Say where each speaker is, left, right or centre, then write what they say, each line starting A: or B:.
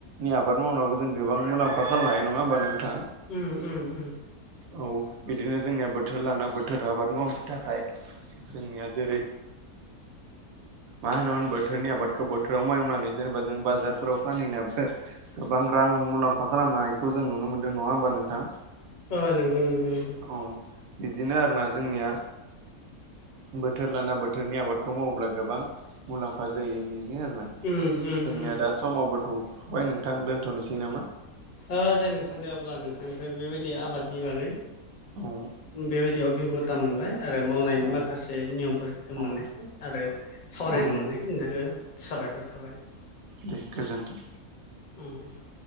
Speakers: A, on the right; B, on the left.
A: नि आबाद मावनाबो जों गोबां मुलाम्फा खालामनो हायो नङा होमबा नोंथा
B: उम उम उम
A: औ बिदिनो जोंनिया बोथोर लाना बोथोर आबाद मावनो थाखाय जोंनिया जेरै मा होनोमोन बोथोरनि आबादखौ बोथोराव मावनानै जेनेबा जों बाजारफोराव फानहैनो गोबां रां मुलाम्फा खालामनायखौ जों नुनो मोनदों नङा होमबा नोंथां
B: औ नंगौ नंगौ नंगौ
A: औ बिदिनो आरोना जोंनिया बोथोर लाना बोथोरनि आबादखौ मावोब्ला गोबां मुलाम्फा जायो बे बिदिनो आरोना
B: उम उम
A: जोंनिया
B: उम
A: दा समावबोथ'फबाय नोंथां दोनथ'नोसै नामा
B: ओ दे नोंथां दे अब्ला नोंथांनिफ्राय बेबायदि आबादनि बागै
A: औ
B: बेबायदि अबिगथा मोनबाय आरो मावनायनि
A: औ
B: माखासे नियमफोरखौ
A: औ
B: मोननायखाय आरो सावरायनो
A: औ
B: मोननायखाय नोंथांखौ साबायखर थाबाय
A: दे गोजोन्थों
B: उम